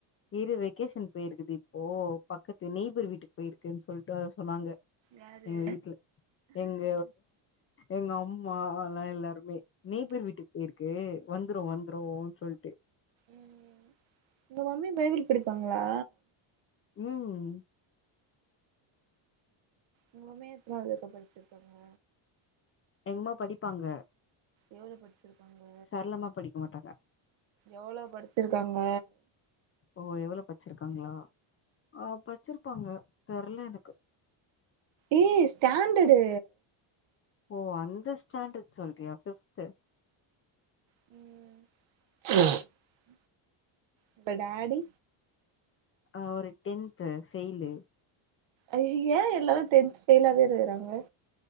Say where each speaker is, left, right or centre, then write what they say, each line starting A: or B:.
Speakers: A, on the left; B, on the right.
A: இரு வெக்கேஷன் போயிருக்குது இப்போ பக்கத்து நெய்பர் வீட்டுக்கு போயிருக்குன்னு சொல்ட்டு அத சொன்னாங்க
B: யாரு
A: எங்க வீட்ல எங்க எங்க அம்மா எல்லா எல்லாருமே நெய்பர் வீட்டுக்கு போயிருக்கு வந்துரு வந்துருனு சொல்ட்டு
B: ம் உங்க மம்மி பைபிள் படிப்பாங்களா
A: ம்
B: உங்க மம்மி எத்னாவது வரைக்கு படிச்சிருக்காங்க
A: எங்கம்மா படிப்பாங்க
B: எவ்ளோ படிச்சிருக்காங்க
A: சரளமா படிக்க மாட்டாங்க
B: எவ்ளோ படிச்சிருக்காங்க
A: ஓ எவ்ளோ பச்சிருக்காங்களா ஆ பச்சிருப்பாங்க தெர்ல எனக்கு
B: ஏய் ஸ்டாண்டடு
A: ஓ அந்த ஸ்டாண்டர்ட் சொல்றியா ஃபிஃப்த்து
B: ம் உங்க டாடி
A: ஆ அவுரு டென்த்து ஃபெயிலு
B: ஐய்ய ஏ எல்லாரு டென்த் ஃபெயிலாவே இருக்கறாங்க